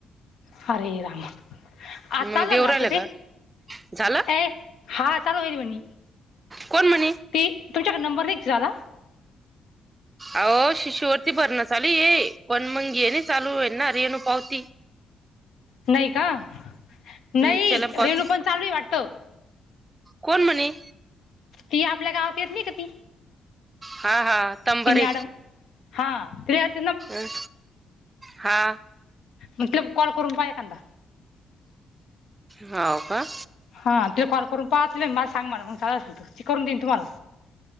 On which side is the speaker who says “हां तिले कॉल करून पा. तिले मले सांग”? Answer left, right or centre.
Left